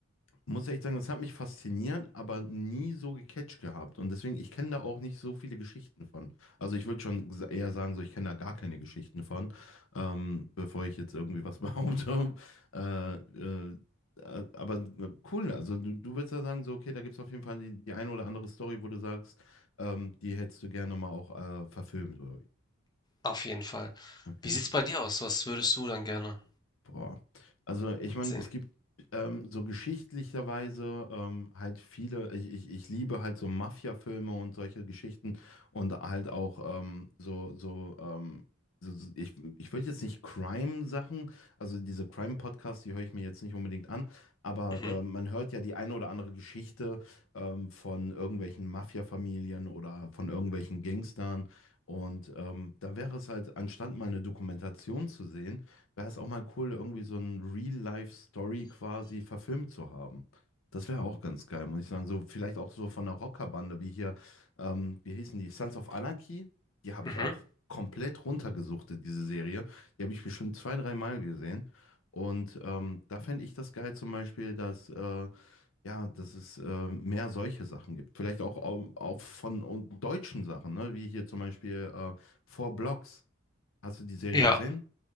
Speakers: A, on the left; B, on the left.
A: muss echt sagen, das hat mich fasziniert, aber nie so gecatcht gehabt. Und deswegen, ich kenne da auch nicht so viele Geschichten von. Also ich würde schon s- eher sagen, so ich kenne da gar keine Geschichten von, ähm, bevor ich jetzt irgendwie was <laughs> behaupte. Äh, äh, äh, aber äh, cool, also du, du würdest ja sagen, so, okay, da gibt es auf jeden Fall die, die eine oder andere Story, wo du sagst, ähm, die hättest du gerne mal auch äh, verfilmt, oder wie?
B: Auf jeden Fall.
A: Okay.
B: Wie sieht's bei dir aus? Was würdest du dann gerne
A: Boah. Also ich meine,
B: sehen?
A: es gibt ähm, so geschichtlicherweise ähm, halt viele, ich, ich, ich liebe halt so Mafia-Filme und solche Geschichten und halt auch ähm, so, so, ähm, so, so ich, ich würde jetzt nicht Crime-Sachen, also diese Crime-Podcasts, die höre ich mir jetzt nicht unbedingt an, aber
B: Mhm.
A: ähm, man hört ja die eine oder andere Geschichte ähm, von irgendwelchen Mafia-Familien oder von irgendwelchen Gangstern und ähm, da wäre es halt, anstatt mal eine Dokumentation zu sehen, wäre es auch mal cool, irgendwie so ein Real-Life-Story quasi verfilmt zu haben. Das wäre auch ganz geil, muss ich sagen. So, vielleicht auch so von einer Rockerbande wie hier, ähm, wie hießen die? Sons of Anarchy. Die habe
B: Mhm.
A: ich auch komplett runtergesuchtet, diese Serie. Die habe ich bestimmt zwei, dreimal gesehen. Und ähm, da fände ich das geil zum Beispiel, dass, äh, ja, dass es äh, mehr solche Sachen gibt. Vielleicht auch, au- auch von äh, deutschen Sachen, ne? Wie hier zum Beispiel äh, Four Blocks. Hast du die Serie
B: Ja,
A: gesehen?